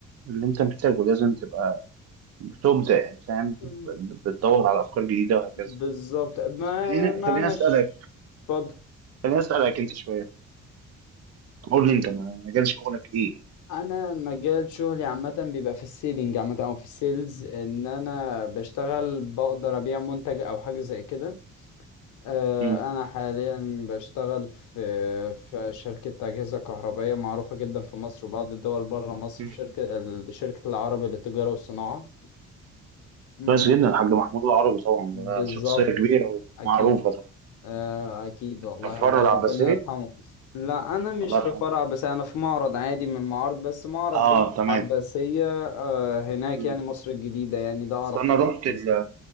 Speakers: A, on the right; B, on the left.
A: اللي انت محتاجه لازم تبقى بتبدع يعني فاهم
B: مم.
A: بتدور على افكار جديده وهكذا
B: بالظبط ما
A: بس خليني
B: معنى
A: خليني اسالك
B: ش- اتفضل
A: خليني اسالك انت شويه قول لي انت ما- مجال شغلك ايه؟
B: انا مجال شغلي عامه بيبقى في السيلينج عامه او في السيلز ان انا بشتغل بقدر ابيع منتج او حاجه زي كده آه،
A: مم.
B: انا حاليا بشتغل في في شركه اجهزه كهربائيه معروفه جدا في مصر وبعض الدول بره مصر
A: مم.
B: في شركه ال- شركه العربي للتجاره والصناعه امم
A: كويس جدا الحاج محمود العربي طبعا
B: بالظبط
A: ده شخصية كبيرة
B: اكيد
A: ومعروفة طبعا
B: آه، أكيد والله
A: الفرع
B: الله
A: العباسية
B: ربنا يرحمه لا أنا مش
A: الله
B: في
A: يرحمه
B: فرع بس أنا في معرض عادي من معارض بس معرض
A: اه
B: جنب
A: تمام
B: العباسية آه، هناك
A: مم.
B: يعني مصر الجديدة يعني ده أعرف
A: بس انا
B: فرع
A: رحت ال...
B: العباسية